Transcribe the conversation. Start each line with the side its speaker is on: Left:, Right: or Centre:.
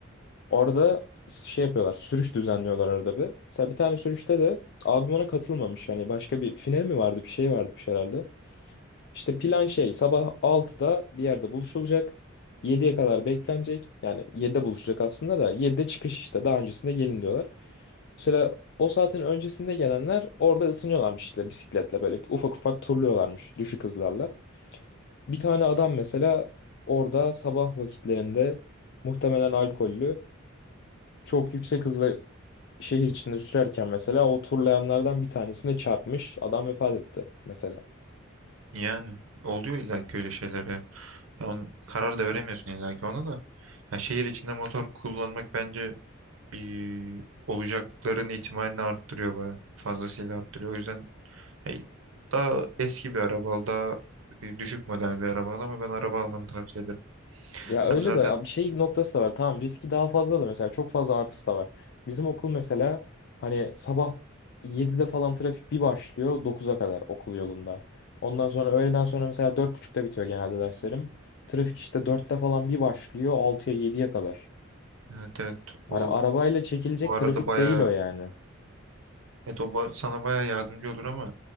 Left: Orada şey yapıyorlar, sürüş düzenliyorlar arada bir. Mesela bir tane sürüşte de abim ona katılmamış. Hani başka bir final mi vardı, bir şey varmış herhalde. İşte plan şey, sabah 6'da bir yerde buluşulacak. yediye kadar beklenecek. Yani 7'de buluşacak aslında da 7'de çıkış işte. Daha öncesinde gelin diyorlar. Mesela o saatin öncesinde gelenler orada ısınıyorlarmış işte bisikletle böyle ufak ufak turluyorlarmış düşük hızlarla. Bir tane adam mesela orada sabah vakitlerinde muhtemelen alkollü çok yüksek hızla şehir içinde sürerken mesela o turlayanlardan bir tanesine çarpmış adam vefat etti mesela.
Right: Yani oluyor illa ki öyle şeyler ya. Ya onun- karar da veremiyorsun illa ki ona da. Ya şehir içinde motor kullanmak bence bir olacakların ihtimalini arttırıyor bayağı. Fazlasıyla arttırıyor. O yüzden hey, daha eski bir araba al, daha e, düşük model bir araba al ama ben araba almanı tavsiye ederim.
Left: Ya öyle
Right: Hem zaten
Left: de ya bir şey noktası da var tamam riski daha fazla da mesela çok fazla artısı da var. Bizim okul mesela hani sabah 7'de falan trafik bir başlıyor dokuz'a kadar okul yolunda. Ondan sonra öğleden sonra mesela dört buçukta bitiyor genelde derslerim. Trafik işte 4'te falan bir başlıyor altıya yediye kadar.
Right: Evet evet
Left: Hani
Right: o
Left: arabayla çekilecek
Right: bu arada
Left: trafik
Right: baya
Left: değil o yani.
Right: evet o ba- sana baya yardımcı olur ama